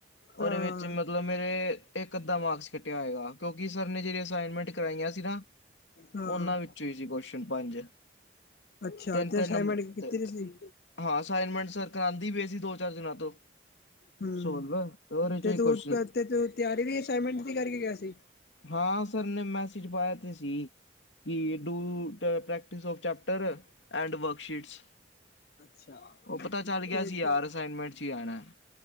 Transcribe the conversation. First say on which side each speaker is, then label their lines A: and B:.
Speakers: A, on the left; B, on the left.
A: ਉਹਦੇ
B: ਹਾਂ
A: ਵਿੱਚ ਮਤ ਮਤਲਬ, ਮੇਰੇ ਇਕ, ਅੱਧਾ ਮਾਰਕਸ ਕੱਟਿਆ ਹੋਏਗਾ, ਕਿਉਂਕਿ ਸਰ ਨੇ ਜਿਹੜੀ ਅਸਾਈਨਮੈਂਟ ਕਰਾਈਆਂ ਸੀ ਨਾ।
B: ਹਾਂ
A: ਉਹਨਾਂ ਵਿੱਚੋਂ ਹੀ ਸੀ ਕੁਸ਼ਚਨ ਪੰਜ।
B: ਅੱਛਾ,
A: ਤਿੰਨ
B: ਤੇ
A: ਤਿੰਨ
B: ਅਸਨਮੈਂਟ
A: ਨੰਬਰ
B: ਕਿਥੇ ਤੇ ਸੀ।
A: ਹਾਂ, ਅਸਾਈਨਮੈਂਟ ਸਰ ਕਰਾਉਂਦੇ ਪੇਣੇ ਸੀ, ਦੋ, ਚਾਰ ਦਿਨਾਂ ਤੋਂ।
B: ਹੂੰ,
A: ਸੋਲਵ ਉਹਦੇ ਚੋਂ
B: ਤੇ
A: ਹੀ
B: ਤੂੰ,
A: ਕੁਸ਼ਚਨ
B: ਤੇ ਤੂੰ ਤਿਆਰੀ ਵੀ ਅਸਾਈਨਮੈਂਟ ਦੀ ਕਰਕੇ ਗਿਆ ਸੀ।
A: ਹਾਂ, ਸਰ ਨੇ ਮੈਸੇਜ ਪਾਇਆ ਤੇ ਸੀ। ਕੀ, do practice of chapter, and worksheets.
B: ਅੱਛਾ
A: ਉਹ, ਪਤਾ ਚੱਲ ਗਿਆ
B: ਤੇ
A: ਸੀ, ਯਾਰ ਅਸਾਈਨਮੈਂਟ ਚ ਹੀ ਆਣਾ।